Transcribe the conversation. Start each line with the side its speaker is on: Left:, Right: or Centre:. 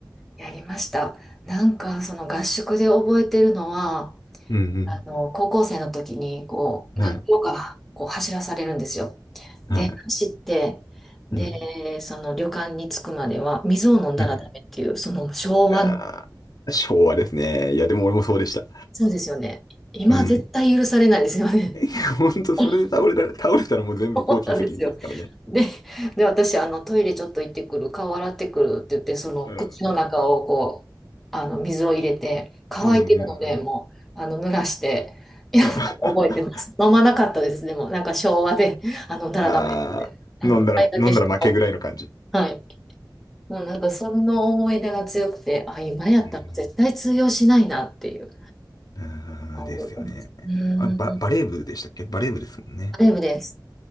Centre: やりました。なんか、その合宿で覚えてるのは、
Left: うん
Centre: あの、高校生の時に、こう、何キロか、
Left: うん。はい。
Centre: こう、走らされるんですよ。
Left: はい。
Centre: で、走って、で、
Left: うん。
Centre: その旅館に着くまでは、水を飲んだらダメっていう、
Left: うん。
Centre: その昭和の、
Left: あー昭和ですね。いや、でも俺もそうでした。
Centre: そうですよね。今絶対許されないですよね。
Left: うん。<laughs> ほんと、それで倒れられ、
Centre: <laughs>
Left: 倒れたらもう全部コーチの責任ですからね。
Centre: そうなんですよ。で、で、私、あの、トイレちょっと行ってくる、顔洗ってくるって言って、その口の中をこう、
Left: うん。
Centre: あの、水を入れて、乾いてるので、
Left: うんうん
Centre: もう、あの、濡らして、いや、
Left: うん。<laughs>
Centre: 覚えてます。飲まなかったです、でも、なんか昭和で、あの、だらダメで、
Left: ああー、
Centre: あの、
Left: 飲んだら、
Centre: 一回だけしとこ
Left: 飲んだら負けぐらいの感じ。
Centre: う。はい。もうなんか、その思い出が強くて、あ、今やったら絶対通用しないなっていう、
Left: うんうーん、
Centre: 覚えてます。
Left: ですよね。
Centre: うーん、
Left: あ、バ、バレー部でしたっけバレー部ですもんね。
Centre: あれです。